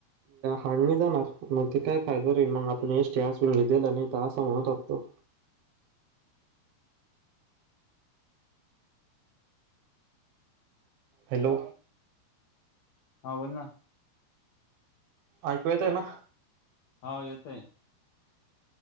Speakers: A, on the right (about 70°); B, on the left (about 75°).
A: हा नाही जाणार मग ते काय फायदा राहील मग आपण एसीून लला नाही तर असं म्हणत असगतो. हॅलो.
B: हा बोल ना.
A: ऐकू येतय ना.
B: होा येतय.